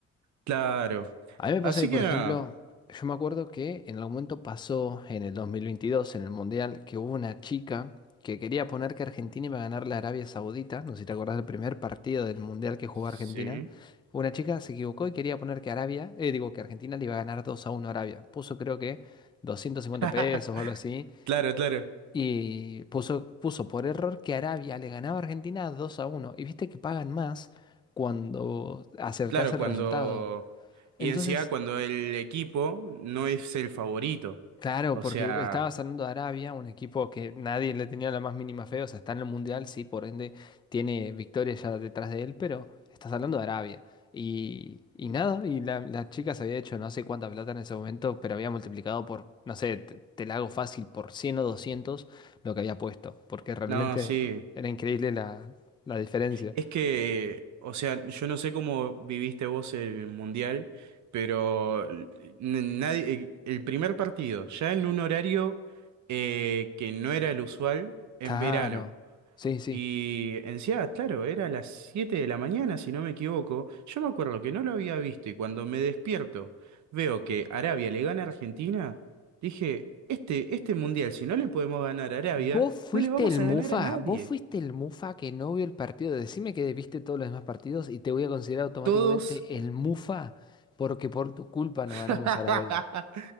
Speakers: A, on the right (about 70°); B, on the left (about 15°).
A: claro.
B: A mí me pasa
A: Así
B: que, por
A: que
B: ejemplo,
A: nada.
B: yo me acuerdo que en algún momento pasó en el 2022, en el Mundial, que hubo una chica que quería poner que Argentina iba a ganar la Arabia Saudita. No sé si te acordás del primer partido del Mundial que jugó
A: Sí.
B: Argentina. Una chica se equivocó y quería poner que Arabia, eh, digo, que Argentina le iba a ganar 2 a 1 a Arabia. Puso creo que 250
A: <laughs>
B: pesos o algo así.
A: Claro, claro.
B: Y puso, puso por error que Arabia le ganaba a Argentina dos a uno Y viste que pagan más cuando acertás
A: Claro,
B: el
A: cuando.
B: resultado.
A: Y
B: Entonces,
A: en sí encima cuando el equipo no es el favorito.
B: Claro,
A: O
B: porque
A: sea,
B: estaba saliendo de Arabia, un equipo que nadie le tenía la más mínima fe, o sea, está en el Mundial, sí, por ende tiene victorias ya detrás de él, pero estás hablando de Arabia. Y, y nada, y la, la chica se había hecho no sé cuánta plata en ese momento, pero había multiplicado por, no sé, te, te la hago fácil, por 100 o 200 lo que había puesto, porque realmente
A: no, sí.
B: era increíble la, la diferencia.
A: Es que, o sea, yo no sé cómo viviste vos el mundial, pero n- nadie, el primer partido, ya en un horario eh, que no era el usual, en
B: Claro,
A: verano.
B: sí, sí.
A: Y encima, claro, era a las 7 de la mañana, si no me equivoco. Yo me acuerdo que no lo había visto y cuando me despierto veo que Arabia le gana a Argentina, dije, este, este mundial, si no le podemos ganar a Arabia,
B: Vos fuiste
A: no le vamos
B: el
A: a
B: mufa,
A: ganar a nadie.
B: vos fuiste el mufa que no vio el partido. Decime que viste todos los demás partidos y te voy a considerar automáticamente
A: Todos,
B: el mufa porque por tu culpa no
A: <laughs>
B: ganamos Arabia.